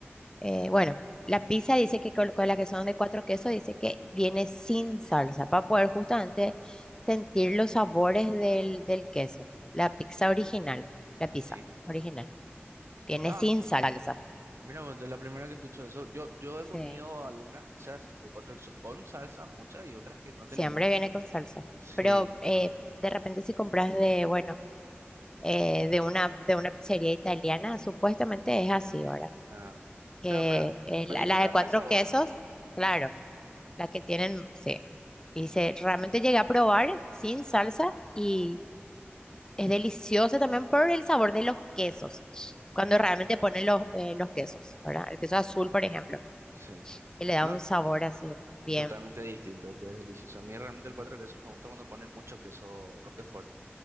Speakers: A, on the left (about 15°); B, on the right (about 85°).
A: Eh, bueno, la pizza dice que con, con las que son de cuatro quesos, dice que viene sin salsa para poder justamente sentir los sabores del, del queso. La pizza original, la pizza
B: Sí.
A: original, viene
B: Ah,
A: sin salsa.
B: mira, vos, de la primera que escucho eso, yo, yo
A: Sí,
B: he comido algunas pizzas de cuatro quesos con salsa, muchas y otras que no
A: siempre
B: tenían.
A: viene con salsa.
B: Sí.
A: Pero eh, de repente si compras de, bueno, eh, de una, de una pizzería italiana, supuestamente
B: Ujú.
A: es así, ¿verdad?
B: Ah,
A: Que
B: claro, para,
A: eh,
B: para
A: la,
B: disfrutar
A: la de cuatro
B: más el sabor.
A: quesos, claro. La que tienen, sí. Dice,
B: Ujú,
A: realmente llegué a probar sin salsa y es deliciosa también por el sabor de los quesos. Cuando
B: ujú.
A: realmente ponen los, eh, los quesos, ¿verdad? El queso azul, por ejemplo,
B: Sí.
A: que le da
B: No,
A: un sabor así bien,
B: Totalmente distinto, que es delicioso. A mí realmente el cuatro quesos me gusta cuando ponen mucho queso Roquefort,